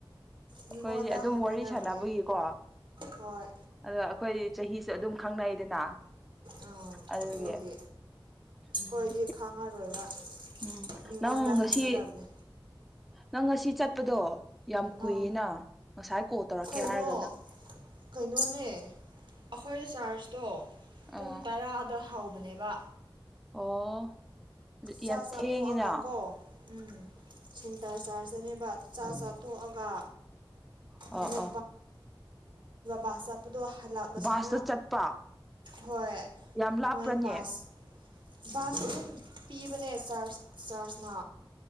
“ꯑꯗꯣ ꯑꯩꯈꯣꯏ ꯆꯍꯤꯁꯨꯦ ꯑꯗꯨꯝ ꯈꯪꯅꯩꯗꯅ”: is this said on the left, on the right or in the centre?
Centre